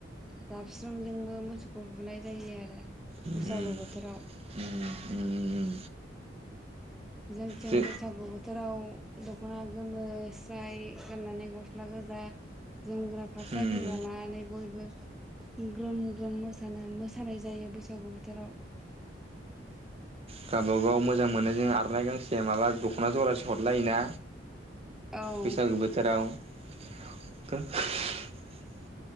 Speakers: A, in the centre; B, on the right.
A: जाबस्रोमजोंबो मोसौखौ बुनाय जायो आरो
B: उम
A: बैसागु बोथोराव।
B: उम उम
A: जों थिं
B: जो
A: बैसागु बोथोराव दख'ना गोमो स्राय गाननानै गस्ला गोजा जोमग्रा फास्रा
B: उम
A: गोजा लानानै बयबो। ग्रोम ग्रोम मोसानो मोसानाय जायो बै सागु बोथोराव।
B: गावबा गाव मोजां मोननायजों आरनाय गांसे माबा दख'ना जरासे हरलायोना
A: औ
B: बैसागु बोथोराव <unintelligible>